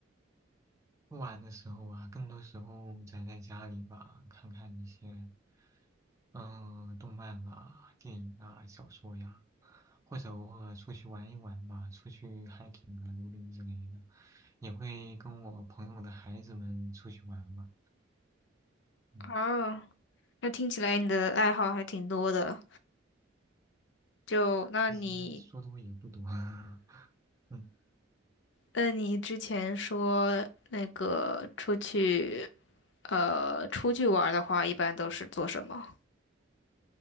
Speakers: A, on the right (about 15°); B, on the left (about 60°).
A: 不玩的时候啊，更多时候宅在家里吧，看看一些嗯、呃动漫啊、电影啊、小说呀，或者偶尔出去玩一玩吧，出去 hiking 啊、露营之类的，也会跟我朋友的孩子们出去玩吧。嗯，
B: 啊，那听起来你的爱好还挺多的。就那你，
A: 其实说多也不多，<laughs> 嗯
B: 那你之前说那个出去呃出去玩儿的话，一般都是做什么？